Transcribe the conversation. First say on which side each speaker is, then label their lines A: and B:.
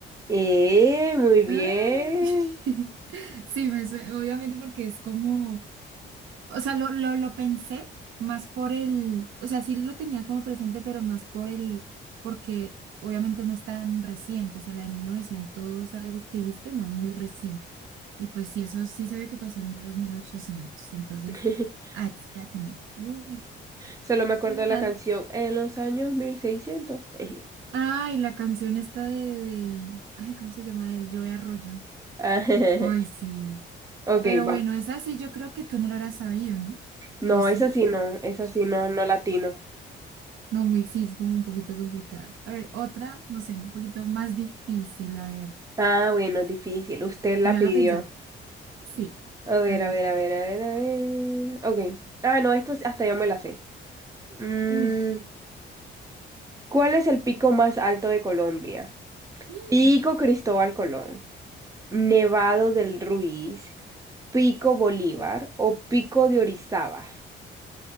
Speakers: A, on the right; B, on the right.
A: Eh, muy bien.
B: Ay. <laughs> Sí, me sue- obviamente porque es como, O sea, lo, lo, lo pensé más por el, o sea, sí lo tenía como presente, pero más por el, porque obviamente no es tan reciente, o sea, la de 1900 algo que dijiste, no, muy reciente. Y pues sí, eso sí se ve que pasó en los mil ochocientos entonces
A: <laughs>
B: ahí se le atiné. Uy,
A: Solo me acuerdo
B: pero
A: de la
B: mal.
A: canción en los años 1600. <laughs>
B: Ay, la canción esta de, de, ay, ¿cómo se llama? El Joe Arroyo.
A: Ah, <laughs>
B: Ay, sí.
A: Ok,
B: Pero bueno,
A: va.
B: esa sí yo creo que tú no lo habrás sabido, ¿no?
A: No,
B: ¿O sí?
A: esa sí no, esa sí no, no latino.
B: No, muy, sí, es como un poquito complicada. A ver, otra, no sé, un poquito más difícil, a ver,
A: Ah, bueno, difícil. Usted la
B: que me
A: pidió.
B: haga pensar. Sí,
A: A ver,
B: a ver,
A: a ver, a ver, a ver, a ver. Ok. Ah, no, esto sí- hasta yo me la sé. Mm,
B: uy.
A: ¿cuál es el pico más alto de Colombia?
B: mm,
A: Pico Cristóbal Colón, Nevado del Ruiz, Pico Bolívar o Pico de Orizaba.